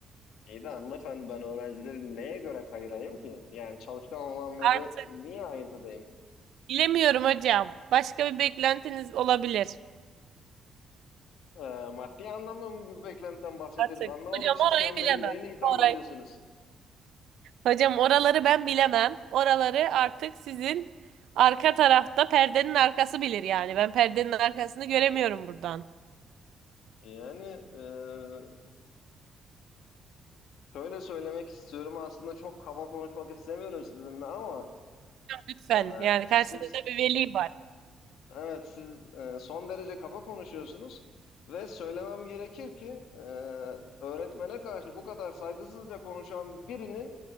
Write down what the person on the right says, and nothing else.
Artık
bilemiyorum hocam. Başka bir beklentiniz olabilir.
Artık.
Hocam
orayı
bilemem.
Orayı
Hocam oraları ben bilemem. Oraları artık sizin arka tarafta perdenin arkası bilir yani. Ben perdenin arkasını göremiyorum buradan.
Lütfen
yani karşınızda
bir veli var.